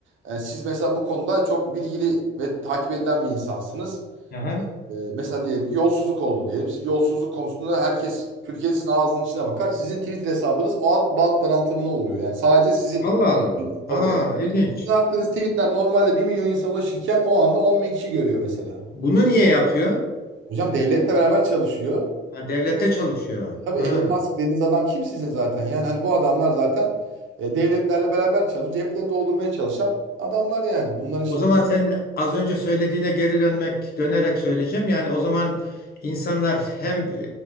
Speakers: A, on the right; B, on the left.
A: e, siz mesela bu konuda çok bilgili ve takip edilen bir insansınız.
B: Aha.
A: E, mesela diyelim ki yolsuzluk oldu diyelim. Siz yolsuzluk konusunda herkes Türkiye sizin ağzının içine bakar. Sizin Twitter hesabınız o an bank daraltımına uğruyor. Yani sadece sizin.
B: Allah Allah.
A: Tabii.
B: Aa, ilginç.
A: Sizin attığınız tweetler normalde bir milyon insana ulaşırken o anda on bin kişi görüyor mesela.
B: Bunu niye yapıyor?
A: Hocam devletle beraber çalışıyor.
B: Ha, devlette çalışıyor.
A: Tabii
B: Ha.
A: Elon Musk dediğiniz adam kim sizin zaten? Yani hani bu adamlar zaten e, devletlerle beraber çalışıp ceplerini doldurmaya çalışan adamlar yani. Bunların şeyi
B: O zaman sen az önce söylediğine geri dönmek, dönerek söyleyeceğim. Yani o zaman insanlar hem